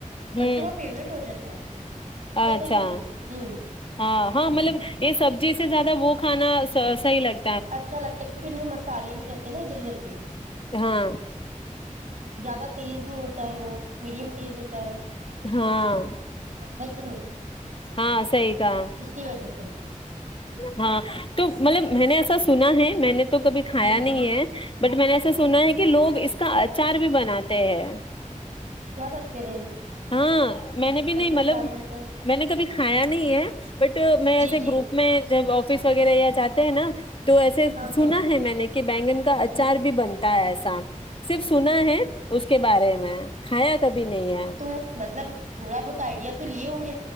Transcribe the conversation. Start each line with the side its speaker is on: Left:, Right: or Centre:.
Right: بچوں
Left: ہوں
Right: کا فیوریٹ ہو جاتا ہے
Left: اچھا
Right: پتا نہیں کیوں ہوں
Left: ہاں ہاں مطلب یہ سب جی سے زیادہ وہ کھاناح لگے
Right: اچھا لگتا ہے کیونکھر اتنے مسالے نہیں رہتے نا ادھر ادھر کے
Left: ہاں
Right: زیادہ تیز نہیں ہوتا ہے وہ میڈیم تیز ہوتا ہے
Left: ہاں
Right: ہےیک نہیں
Left: ہاں صی کا
Right: اس کی وجہ سے
Left: ہاں تو مطلب نے سنا ہے میں نے تو تو کبھی کھایا
Right: جی
Left: نہیں
Right: جی
Left: ہے بٹ میں نے ایسا سنا ہے کہ لوگ اس کا اچار بھی بناتے ہیں
Right: کیا بات کر رہ
Left: ہاں میں نے بھی نہیں
Right: اچار
Left: مطلب
Right: بنتا ہے
Left: میں نے کبھی کھایا نہیں ہے بٹ میں
Right: جی
Left: ایسے
Right: جی
Left: گروپ میں جب آفس وغیرہ یا جات نا تو ایسے
Right: ہاں
Left: سنا
Right: ہاں
Left: ہے میں نے کہ بینگن کا اچار
Right: ہ
Left: بھی بنتا ہے ایسا صرف سنا ہے اس کے بارے میں کھایا کبھی نہیں ہے
Right: تو مطلب تھوڑا بہت آئیڈیا تو لیے ہ